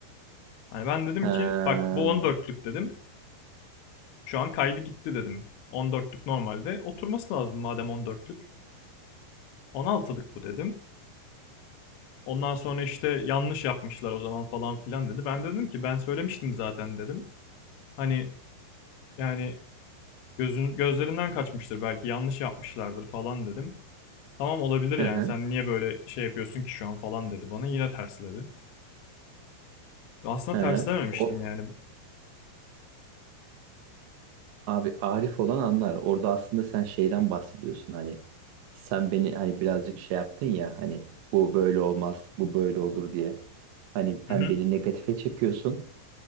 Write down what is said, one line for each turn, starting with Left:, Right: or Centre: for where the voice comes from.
Left: Hani ben dedim
Right: Ha.
Left: ki bak bu 14'lük dedim. Şu an kaydı gitti dedim. 14'lük normalde oturması lazım madem 14'lük. 16'lık bu dedim. Ondan sonra işte yanlış yapmışlar o zaman falan filan dedi. Ben de dedim ki ben söylemiştim zaten dedim. Hani yani gözün gözlerinden kaçmıştır belki yanlış yapmışlardır falan dedim. Tamam olabilir yani
Right: Hı hı.
Left: sen niye böyle şey yapıyorsun ki şu an falan dedi bana yine tersledi. Aslında
Right: Hı
Left: terslememiştim
Right: hı. O
Left: yani.
Right: Abi Arif olan anlar. Orada aslında sen şeyden bahsediyorsun hani. Sen beni hani birazcık şey yaptın ya hani bu böyle olmaz, bu böyle olur diye. Hani hem
Left: Hı hı.
Right: beni negatife çekiyorsun.